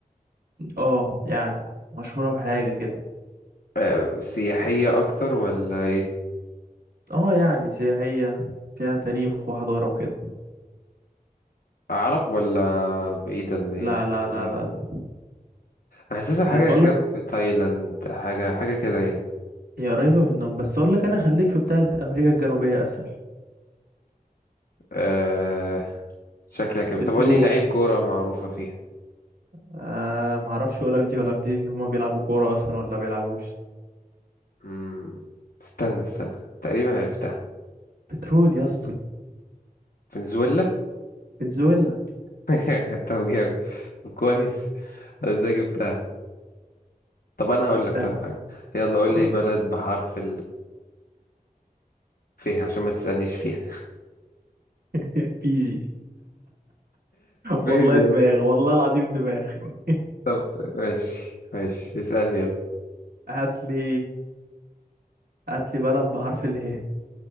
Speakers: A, on the right (about 85°); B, on the left (about 70°).
A: اه يعني مشهورة بحاجة كده
B: آه، سياحية أكتر ولا إيه
A: اه يعني سياحية فيها تاريخ وحضارة وكده
B: عرب ولا بعيدا اللي هي
A: لا
B: الناحية
A: لا لا
B: التانية
A: لا لا
B: أنا حاسسها حاجة
A: هقول
B: جنب
A: لك
B: تايلاند حاجة حاجة كده يعني
A: هي قريبة منهم بس اقول لك انا خليك في بتاعة أمريكا الجنوبية اسهل
B: أه... شكلها كده
A: بترول
B: طب قول لي لعيب كورة معروفة فيها
A: آه ما اعرفش ولا في دي ولا في دي ان هما بيلعبوا كوره اصلا ولا بيلعبوش
B: مم، استنى استنى تقريبا عرفتها
A: بترول يا اسطى
B: فنزويلا
A: فنزويلا
B: <laughs> طب جامد طب كويس أنا ازاي جبتها طب انا هقول لك طب
A: اه
B: حاجه يلا قول
A: قول
B: لي بلد بحرف ال فيها عشان ما تسالنيش فيها
A: <laughs> بيجي
B: ليه
A: والله
B: دي يلا؟
A: دماغ والله العظيم دماغ <laughs>
B: طب ماشي ماشي اسالني يلا
A: هات لي هات لي بلد بحرف اله